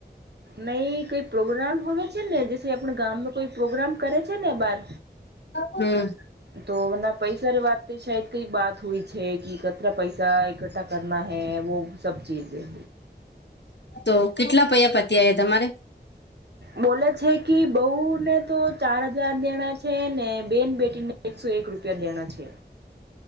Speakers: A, on the right (about 70°); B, on the left (about 80°).
A: નઈ કઈ પ્રોગ્રામ હોવે છે ને, જેસે આપડા ગામમાં કોઈ પ્રોગ્રામ કરે છે ને બાર.
B: હમ્મ.
A: તો ઇના પૈસારી વાત શાયદ કઈ બાત હુય છે કે કતરા પૈસા ઇકઠ્ઠા કરના હૈ, વો સબ ચીજે
B: તો કેટલા પૈયા પતિયા હે તમારે?
A: બોલે છે કે બઉ ને તો ચાર હજાર દેણા છે છે ને બેન બેટી ને એકસો એક રૂપિયા દેણા છે.